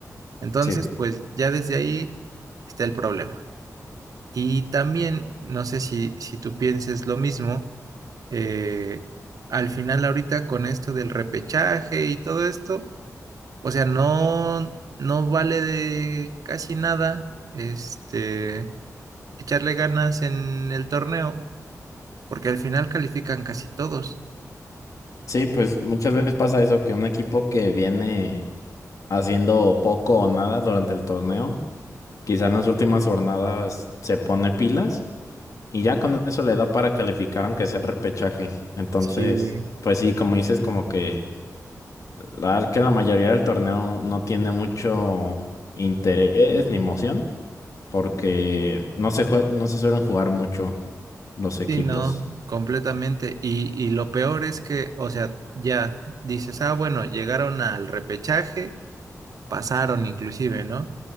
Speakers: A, on the right; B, on the left.
A: Entonces,
B: sí,
A: pues ya desde ahí está el problema. Y también, no sé si, si tú pienses lo mismo eh, al final ahorita con esto del repechaje y todo esto, o sea, no, no vale de casi nada, este, echarle ganas en el torneo, porque al final califican casi todos.
B: sí, pues muchas veces pasa eso, que un equipo que viene haciendo poco o nada durante el torneo Quizá en las últimas jornadas se pone pilas y ya con eso le da para calificar aunque sea el repechaje. Entonces,
A: Sí.
B: pues sí, como dices, como que la verdad que la mayoría del torneo no tiene mucho interés ni emoción porque no se jue- no se suelen jugar mucho los equipos.
A: Sí, no, completamente. Y, y lo peor es que, o sea, ya dices, ah, bueno, llegaron al repechaje, pasaron inclusive, ¿no?